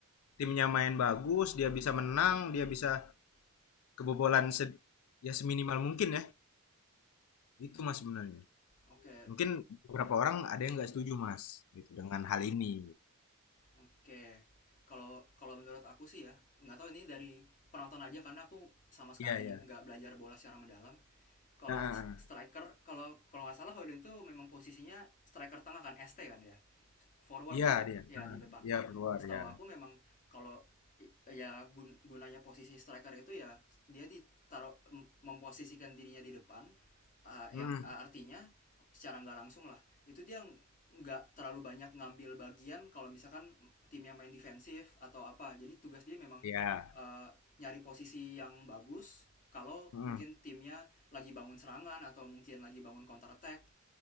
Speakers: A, on the left; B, on the left.
A: timnya main bagus, dia bisa menang, dia bisa kebobolan se- ya seminimal mungkin ya. Itu Mas sebenarnya.
B: Oke,
A: Mungkin beberapa orang ada yang nggak setuju Mas gitu dengan hal ini.
B: oke. Kalau kalau menurut aku sih ya, nggak tahu ini dari penonton aja karena aku sama sekali
A: Iya, iya.
B: nggak belajar bola secara mendalam. Kalau
A: Nah, ah,
B: st-
A: ah.
B: striker, kalau kalau nggak salah Hoylund itu memang posisinya striker tengah kan, ST kan ya? forward
A: iya
B: lah
A: dia.
B: ya
A: Nah,
B: di depan
A: iya keluar
B: setahu
A: ya.
B: aku memang kalau ya gun- gunanya posisi striker itu ya dia ditaruh mem- memposisikan dirinya di depan uh,
A: Hmm,
B: yang uh, artinya secara nggak langsung lah itu dia nggak terlalu banyak ngambil bagian kalau misalkan timnya main defensif atau apa jadi tugas dia memang
A: iya.
B: uh, nyari posisi yang bagus kalau
A: Hmm,
B: mungkin timnya lagi bangun serangan atau mungkin lagi bangun counter attack